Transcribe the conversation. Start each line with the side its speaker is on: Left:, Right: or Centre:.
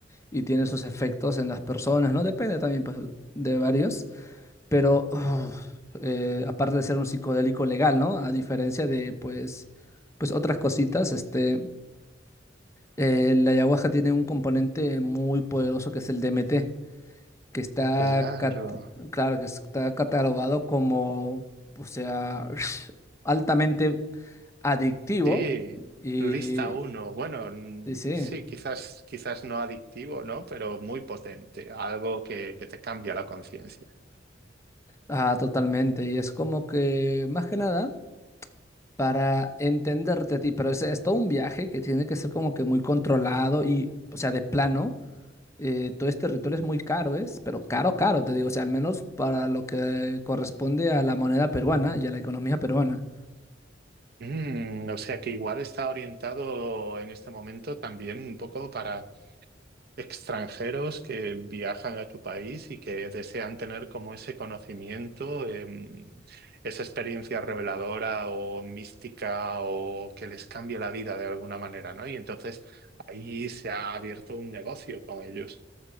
Left: y tiene sus efectos en las personas, ¿no? Depende también, pues, de varios, pero <sighs> uf, eh, aparte de ser un psicodélico legal, ¿no? A diferencia de, pues, pues otras cositas, este, eh, la ayahuasca tiene un componente muy poderoso que es el DMT que está,
Right: Claro.
Left: cat- claro, que está catalogado como, o sea, <sniffs> altamente adictivo
Right: Sí,
Left: y
Right: lista uno. Bueno, mm,
Left: sí, sí,
Right: sí, quizás, quizás no adictivo, ¿no? Pero muy potente, algo que, que te cambia la conciencia.
Left: ah, totalmente. Y es como que, más que nada, para entenderte a ti, pero es, es todo un viaje que tiene que ser como que muy controlado y, o sea, de plano. eh, todo este ritual es muy caro, ¿es? Pero caro, caro, te digo, o sea, al menos para lo que corresponde a la moneda peruana y a la economía peruana.
Right: Mm, o sea que igual está orientado en este momento también un poco para extranjeros que viajan a tu país y que desean tener como ese conocimiento, em, esa experiencia reveladora o mística o que les cambie la vida de alguna manera, ¿no? Y entonces ahí se ha abierto un negocio con ellos.